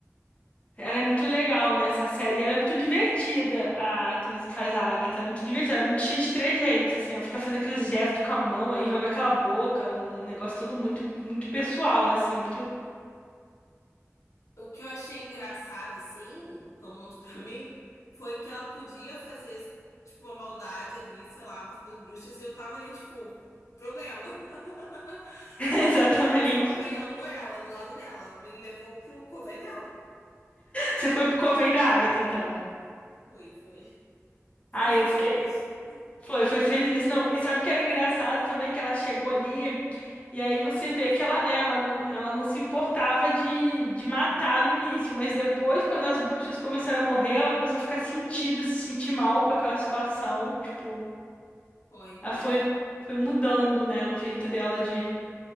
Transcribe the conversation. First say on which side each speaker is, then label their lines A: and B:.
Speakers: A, on the left; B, on the left.
A: Ela é muito legal, né, essa série. E ela é muito divertida, a atriz que faz a Agatha. Ela é muito divertida, ela é muito cheia de trejeitos, assim. Ela fica fazendo aqueles gestos com a mão, aí joga aquela boca, um negócio todo muito, muito pessoal, assim, muito...
B: O que eu achei engraçado, assim, tomando pra <laughs> mim, foi que ela podia fazer, tipo, uma maldade ali, sei lá, matando as bruxas, e eu tava ali, tipo, problema. <laughs>
A: <laughs> Exatamente.
B: Eu tava, tipo, apoiando ela, do lado dela. Ela me levou pro cover dela.
A: Você foi pro Coven da Agatha, então.
B: Fui, fui. Fui,
A: Ah,
B: fui
A: eu
B: feliz.
A: fiquei... Foi, foi feliz. Não, e sabe o que era engraçado também que ela chegou ali e aí você vê que ela, né, ela não, ela não se importava de, de matar no início, mas depois, quando as bruxas começaram a morrer, ela começou a ficar sentida, se sentir mal com aquela situação. Tipo,
B: Foi.
A: ela foi, foi mudando, né, o jeito dela de,